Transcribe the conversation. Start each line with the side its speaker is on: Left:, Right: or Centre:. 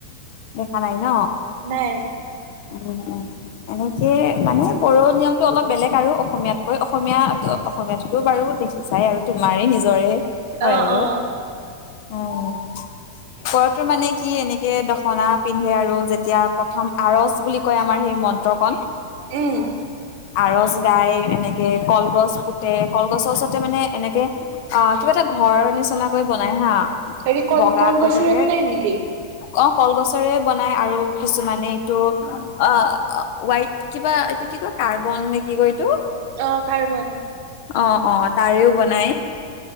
Left: দেখা নাই। ন
Right: নাই।
Left: উম অ। এনেকে মানে বঢ়ো নিয়মটো অলপ বেলেগ আৰু অসমীয়াতকৈ অসমীয়া অসমীয়াতো বাৰু দেখি চাই আৰু তোমাৰেই নিজৰে হয়
Right: অ',
Left: আৰু
Right: অ',
Left: উম পোৱা মানে কি এনে সেই দখনা পিন্ধে আৰু যেতিয়া প্ৰথম আৰচ বুলি কয় আমাৰ সেই মন্ত্ৰ কন
Right: উম,
Left: আৰচ গাই এনেকে কলগছ পুতে কলগছৰ ওচৰতে মানে এনেকে অ কিবা এটা ঘৰৰ নি বিচনাকৈ বনাই হা
Right: হেৰি কল
Left: বগা
Right: কলগছৰে
Left: কৈ থাকে
Right: বনাই নেকি?
Left: অ কলগছৰে বনাই আৰু কিছুমানে এইটো অহ ৱাইট কিবা এইটো কি কয় কাৰ্বন নে কি কয় এইটো
Right: অ কাৰ্বন।
Left: অহ অহ তাৰেও বনাই।